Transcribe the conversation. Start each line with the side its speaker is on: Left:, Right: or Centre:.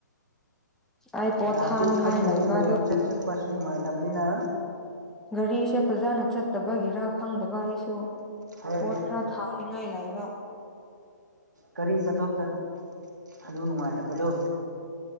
Centre: ꯑꯩ
Right: ꯅꯅꯥꯇ
Centre: ꯄꯣꯠ ꯊꯥꯅꯤꯡꯉꯥꯏ
Right: ꯈꯪ ꯃꯅꯦ
Centre: ꯂꯩꯕ ꯑꯗꯣ
Right: ꯔꯤ <inaudible> ꯑꯩꯈꯣꯢꯁꯨ ꯅꯨꯡꯉꯥꯢꯇꯕꯅꯤꯅ
Centre: ꯒꯥꯔꯤꯁꯦ ꯐꯖꯅ ꯆꯠꯇꯕꯒꯤꯔ ꯈꯪꯗꯕ ꯑꯩꯁꯨ
Right: ꯍꯣꯏ
Centre: ꯄꯣꯠ ꯈꯔ ꯊꯥꯅꯤꯡꯉꯥꯏ ꯂꯩꯕ
Right: ꯀꯔꯤꯁꯨ ꯆꯠꯊꫭꯛꯇꯥ ꯑꯗꯨꯒꯤ ꯅꯨꯡꯉꯥꯏꯇꯕꯗꯣ꯫